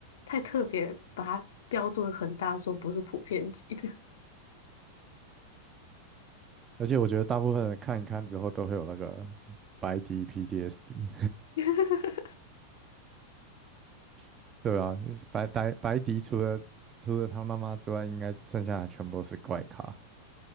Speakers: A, on the left; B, on the right.
A: 太特别把它标注的很大，说不是普遍级的。
B: 而且我觉得大部分人看一看之后都会有那个白迪 p d s d
A: <laughs>
B: <laughs> 对啊，白白白迪除了除了他妈妈之外，应该剩下的全部都是怪咖。